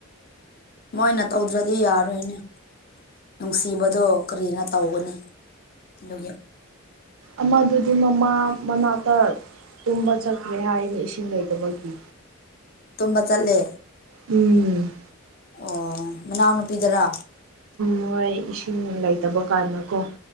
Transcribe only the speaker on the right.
ꯑꯃꯗꯨꯗꯤ ꯃꯃꯥ ꯃꯅꯥꯛꯇ ꯇꯨꯝꯕ ꯆꯈ꯭ꯔꯦ ꯍꯥꯏꯅ ꯏꯁꯤꯡ ꯂꯩꯗꯕꯒꯤ
ꯎꯝ
ꯃꯣꯏ ꯏꯁꯤꯡꯅꯨꯡ ꯂꯩꯇꯕ ꯀꯥꯟꯗꯀꯣ